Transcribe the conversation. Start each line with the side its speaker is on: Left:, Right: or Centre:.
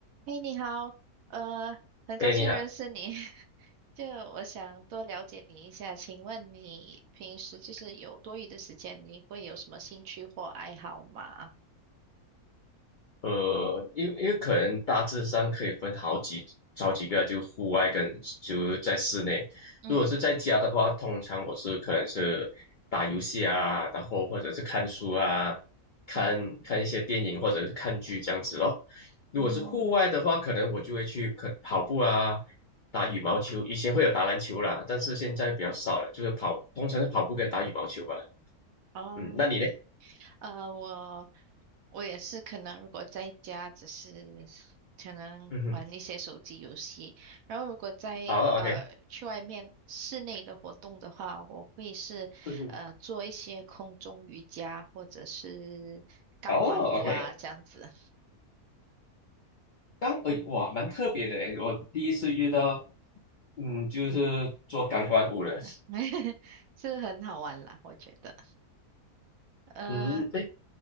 Right: 嘿，你好，呃，很高兴认识你。
Left: 哎，你好，
Right: <laughs> 就我想多了解你一下，请问你平时就是有多余的时间，你会有什么兴趣或爱好吗？
Left: 呃，因为因为可能大致上可以分好几好几个，就户外跟就在室内。
Right: 嗯
Left: 如果是在家的话，通常我是可能是打游戏啊，然后或者是看书啊，看看一些电影或者是看剧这样子咯。
Right: 嗯
Left: 如果是户外的话，
Right: 嗯，
Left: 可能我就会去可跑步啊，打羽毛球。以前会有打篮球啦，但是现在比较少了，就是跑，通常是跑步跟打羽毛球罢了。
Right: 哦。
Left: 嗯，那你呢？
Right: 呃，我我也是，可能如果在家只是可能玩一些手机游戏，
Left: 嗯哼，
Right: 然后如果在呃去外面室内的活动的话，
Left: 哦，OK，
Right: 我会是呃做一些空中瑜伽或者是钢管舞啊这样子，
Left: 嗯哼，哦，OK 刚哎哇，蛮特别的诶，我第一次遇到，嗯，就是做钢管舞的，
Right: <laughs> 是很好玩啦，我觉得。呃，
Left: 嗯，哎，